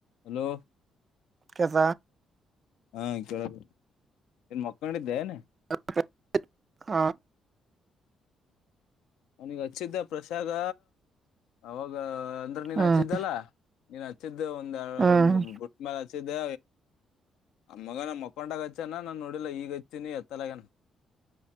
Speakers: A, on the left; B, on the right.
A: Hello
B: ಕಸ
A: ಹಾ ಕೇಳ ಇನ್ ಮಕ್ಕೊಂಡಿದ್ದೆ ಏನೆ
B: <unintelligible> ಹ
A: ಅವನಿಗೆ ಹಚ್ಚಿದ್ದ ಪ್ರಸಾದ ಅವಾಗ ಅಂದ್ರೆ ನೀನ್
B: ಹ್ಮ್
A: ಹಚ್ಚಿದ್ದಲ್ಲ ನೀನ್ ಹಚ್ಚಿದ್ದೆ ಒಂದ
B: ಹ್ಮ್
A: ಒಂದು್ ಬುಟ್ಟ ಮ್ಯಾಲ ಹಚ್ಚಿದ್ದೆ ಆ ಮಗ ನ ಮಕ್ಕೊಂಡಾಗ ಹಚ್ಚನ ನಾನ್ ನೋಡಿಲ್ಲ ಈಗ ಹಚ್ಚೀಿನಿ ಎತ್ತಲಗ್ಯಾನ